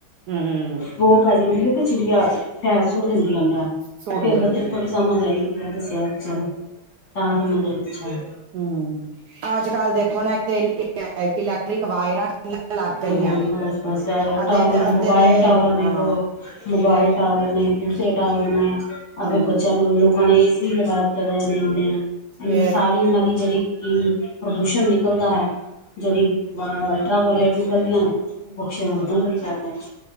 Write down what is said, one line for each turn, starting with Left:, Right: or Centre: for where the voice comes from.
Right: ਹੂੰ
Left: ਬੋ ਪੈ ਜਾਂਦੀ ਐ, ਤੇ ਚਿੜੀਆ ਫੈਰ ਸੁੱਟ ਦਿੰਦੀ ਆਂਡਾ।
Right: ਸੁੱਟ
Left: ਫੇਰ
Right: ਦਿੰਦੀ
Left: ਬੱਚਿਆਂ ਨੂੰ ਥੋੜੀ
Right: ਹੈ
Left: ਸਮਝ ਆਈ। ਪੂਰਾ ਦੱਸਿਆ ਬੱਚਿਆਂ ਨੂੰ, ਤਾਂ ਸਮਝ ਆਈ ਬੱਚਿਆਂ ਨੂੰ।
Right: ਹੂੰ ਅੱਜ-ਕੱਲ੍ਹ ਦੇਖੋ ਨਾ ਏਥੇ ਇਲੈਕਟ੍ਰਿਕ ਵਾਇਰਾਂ ਕਿੰਨੀਆਂ ਲੱਗ ਗਈਆਂ
Left: ਨੂੰ
Right: ਨੇ।
Left: ਬਸ ਬਸ ਐਈ ਆ,
Right: ਅੱਧੇ
Left: ਟਾਵਰ,
Right: ਤੇ ਅੱਧੇ
Left: ਮੋਬਾਈਲ
Right: ਤੇ
Left: ਟਾਵਰ
Right: ਹਾਂ
Left: ਦੇਖੋ। ਮੋਬਾਇਲ
Right: ਤੇ
Left: ਟਾਵਰ ਨੇ, ਦੂਸਰੇ ਟਾਵਰ ਨੇ ਆਪਦੇ
Right: ਹਮ
Left: ਬੱਚਿਆਂ ਨੂੰ ਲੋਕਾਂ ਨੇ ਏਸੀ ਲਗਾ ਤਦਾ ਏਨੇ ਏਨੇ।
Right: ਫੇਰ
Left: ਸਾਰੀ ਏਨਾਂ ਦੀ ਜੜੀ ਕੀ ਪ੍ਰਦੂਸ਼ਣ ਨਿਕਲਦਾ ਐ। ਜੜੀ ਅਲਟਰਾ ਵੌਇਲਟ ਨਿਕਲਦੀਆਂ ਨੇ, ਓ ਪਕਸ਼ੀਆਂ ਨੂੰ ਖ਼ਤਮ ਕਰੀ ਜਾਰੀਆਂ।